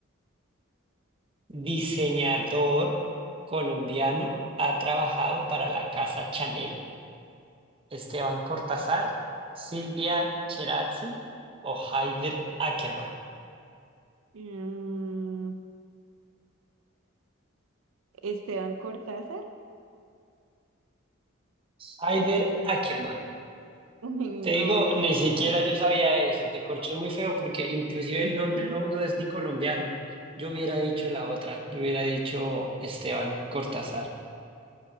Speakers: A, on the right; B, on the right.
A: diseñador colombiano ha trabajado para la casa Chanel? ¿Esteban Cortázar, Silvia Cherasi o Haider Ackermann?
B: Mm, Esteban Cortázar. <laughs>
A: Aider Ackerman.
B: Uy, no,
A: Te digo,
B: ni
A: ni
B: idea.
A: siquiera yo sabía eso. Te corché muy feo porque inclusive
B: <laughs>
A: el nombre no, no es ni colombiano. Yo hubiera dicho la otra. Yo hubiera dicho Esteban Cortázar.